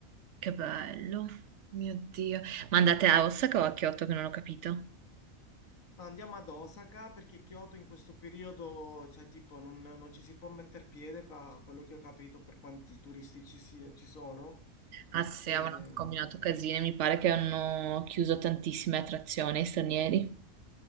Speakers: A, on the right; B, on the left.
A: Che bello, mio Dio. Ma andate a Osaka o a Kyoto che non ho capito?
B: No, Andiamo ad Osaka perché Kyoto in questo periodo, cioè, tipo, non, non ci si può mettere piede, per quello che ho capito, per quanti turisti ci, si- ci sono.
A: Ah sì,
B: Ehm,
A: avevano anche combinato casine, mi pare che hanno chiuso tantissime attrazioni ai stranieri.